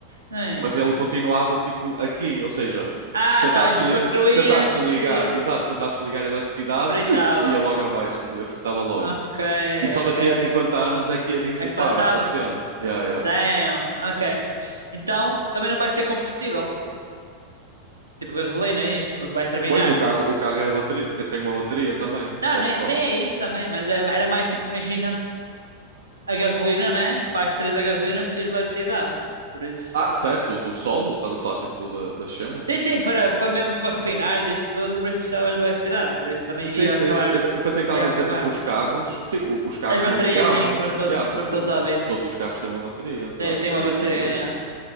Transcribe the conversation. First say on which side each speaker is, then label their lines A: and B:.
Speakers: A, on the right; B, on the right.
A: Sim.
B: mas ele continuava tipo aqui. Ou seja,
A: Ah,
B: se tentasses,
A: tá bem,
B: li...
A: construías
B: se tentasses ligar,
A: e
B: exato, se tentasses ligar a eletricidade,
A: fritava.
B: piu, ia logo abaixo, estás a ver? Fritava logo.
A: Ok,
B: E só
A: ok,
B: daqui a 50
A: ok. ok.
B: anos é que ia dissipar
A: É que passava?
B: essa cena. Yeah, yeah.
A: Damn, ok. Então, também não vais ter combustível, tipo gasolina, é isso, porque vai terminar.
B: Pois o carro, o carro é a bateria, tem tem uma bateria também.
A: Não,
B: Pa-
A: nem,
B: pa-
A: nem é isso também, mas é- era mais tipo, imagina, a gasolina, né? Para as três a gasolina precisas de eletricidade, por isso.
B: Ah, certo, do solo, estás a falar tipo da- das cenas?
A: Sim, sim, para, para mesmo para refinar isso tudo, por isso precisava de eletricidade, por isso também
B: Sim,
A: ia
B: sim.
A: acabar,
B: Eu, te- eu pensei que
A: ia
B: estavas a
A: acabar.
B: dizer tipo os carros. Sim, o- os carros
A: As
B: não
A: baterias,
B: ligavam.
A: sim, foram todos,
B: Yeah, porque
A: foram todos
B: os-
A: à vida.
B: todos os carros têm uma bateria, apesar
A: Tem,
B: de
A: tem
B: serem
A: uma bateria,
B: a gasolina.
A: yeah.